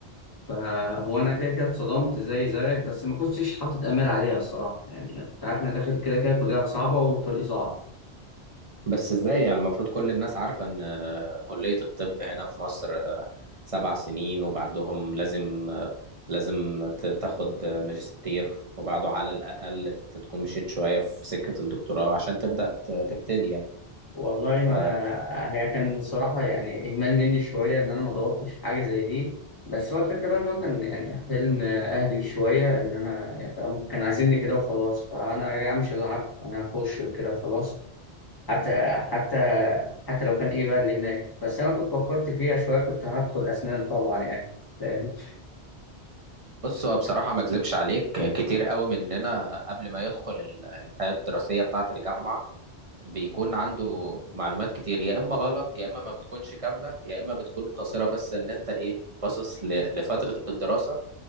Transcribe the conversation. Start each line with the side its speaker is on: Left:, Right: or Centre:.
Left: فهو انا كده كده اتصدمت زي زيك بس ما كنتش حاطط امال عليها الصراحه يعني كنت عارف ان انا داخل كده كده كليه صعبه وطريق صعب
Right: بس ازاي يعني المفروض كل الناس عارفة ان كلية الطب هنا في مصر آه، سبع سنين وبعدهم لازم آه، لازم ت- تاخد ماجستير وبعده على الأقل ت- تكون مشيت شوية في سكة الدكتوراه عشان تبدأ ت- تبتدي يعني
Left: والله
Right: فبص
Left: ما هي كان الصراحه يعني اهمال مني شويه ان انا ما دورتش في حاجه زي دي بس هو الفكره بقى ان هو كان يعني حلم اهلي شويه ان انا يعني فاهم كان عايزيني كده وخلاص فانا يا جماعه مش هزعل انا هخش كده وخلاص حتى حتى حتى لو كان ايه بقى اللي هناك بس انا كنت فكرت فيها شويه كنت هدخل اسنان طبعا يعني فاهم
Right: هو بصراحة ما اكذبش عليك كتير قوي مننا قبل ما يدخل ال- الحياة الدراسية بتاعة الجامعة بيكون عنده معلومات كتير يا إما غلط يا إما ما بتكونش كاملة يا إما بتكون قصيرة بس إن أنت إيه باصص ل- لفترة الدراسة